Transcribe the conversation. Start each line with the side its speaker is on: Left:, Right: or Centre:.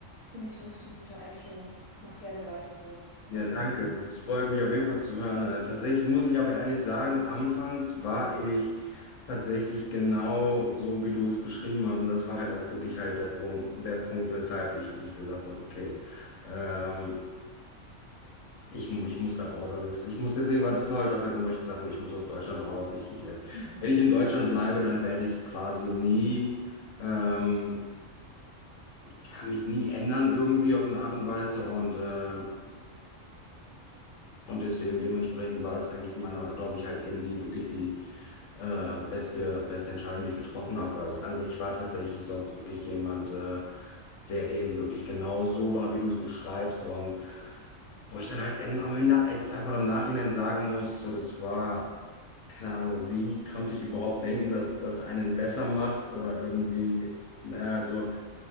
Right: finde ich eine richtig gute Einstellung, mach gerne weiter so, finde
Left: Ja,
Right: ich
Left: danke.
Right: echt toll.
Left: Das freut mich auf jeden Fall zu hören. Äh, tatsächlich muss ich aber ehrlich sagen, anfangs war ich tatsächlich genau so, wie du es beschrieben hast. Und das war halt auch wirklich halt der Punkt, der Punkt, weshalb ich wirklich gesagt habe, okay, ähm, Ich, mu- ich muss da raus. Also es- ich muss deswegen, weil das war halt auch der Grund, wo ich gesagt habe, ich muss aus Deutschland raus. Ich, ich, wenn
Right: Mhm.
Left: ich in Deutschland bleibe, dann werde ich quasi nie, ähm, ja, mich nie ändern irgendwie auf eine Art und Weise. Und, ähm, und deswegen dementsprechend war das eigentlich meiner Meinung, glaube ich, halt eben die wirklich die äh, beste, beste Entscheidung, die ich getroffen habe. Weil also ich war tatsächlich sonst wirklich jemand, äh, der eben wirklich genau so war, wie du es beschreibst. Und wo ich dann halt en- am Ende jetzt einfach im Nachhinein sagen muss, so das war. keine Ahnung, wie konnte ich überhaupt denken, dass das einen besser macht oder irgendwie,
Right: Mhm.
Left: naja, also.